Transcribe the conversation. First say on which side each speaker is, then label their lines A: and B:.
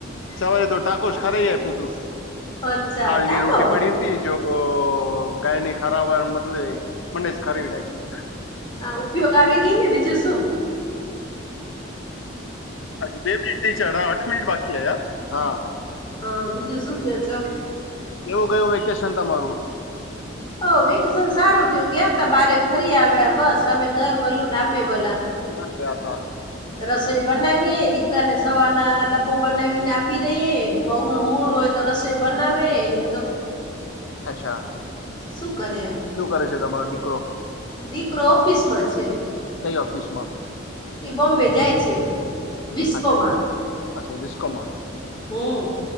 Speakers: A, on the left; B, on the left.
A: સવારે તો ટાકો જ ખરાઈ આપ્યું તું
B: અચ્છા
A: કાલની
B: ટાકો
A: રોટી પડી હતી જો તો ગાયની <unintelligible> બદલે મને જ <unintelligible> નાખી
B: આ ઉપયોગ આવી ગઈ ને બીજું શું સુ
A: અજી બે મિનિટ. તે સાઢા આઠ મિનિટ બાકી હે યાર.
B: હા બીજું શું કેવ છો.
A: કેવું ગયું વેકેશન તમારું.
B: ઓ વેકેશન સારું ગ્યું ગ્યાતા બારે, ફરી આવ્યા, બસ હવે ઘર ભલુન આપે ભલા.
A: કા ગ્યાતા.
B: રસોઈ બનાવીએ દીકરાને સવાર... ના ડબો બનાવીને આપી દઈએ. વહુ નો મૂળ હોય તો રસોઈ બનાવે ને...
A: અચ્છા
B: શું કરે હવે.
A: શું કરે છે તમારો દી કરો..
B: દીકરો ઓફિસ માં છે.
A: કઈ ઓફિસમાં
B: એ બોમ્બે... જાય છે. વિસ્કોમાં
A: અચ્છા અચ્છા વિસ કમાં...
B: હમ